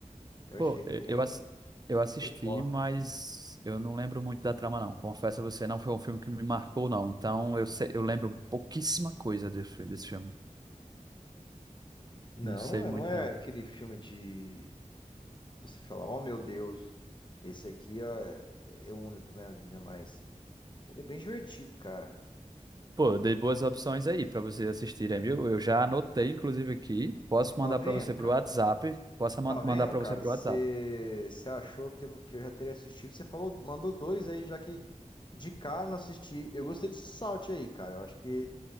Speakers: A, on the left; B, on the right.
A: Eu
B: Pô,
A: achei ele
B: eu,
A: bem.
B: eu assi- eu assisti,
A: show de bola.
B: mas eu não lembro muito da trama, não. Confesso a você, não foi um filme que me marcou, não. Então eu, sei- eu lembro pouquíssima coisa desse, desse filme.
A: Não,
B: Não sei
A: é-
B: muito,
A: não é
B: não.
A: aquele filme de. Você falar, oh meu Deus, esse aqui é, é o único na minha vida, mas. Ele é bem divertido, cara.
B: Pô, eu dei boas opções aí para vocês assistirem, viu? Eu já anotei, inclusive, aqui. Posso mandar
A: Tá vendo,
B: para você
A: cara?
B: pro WhatsApp. Posso man-
A: Tá vendo,
B: mandar para
A: cara?
B: você pro
A: Você
B: WhatsApp.
A: achou que eu, que eu já teria assistido? Você falou, mandou dois aí, já que de cara eu não assisti. Eu gostei desse Salt aí, cara. Eu acho que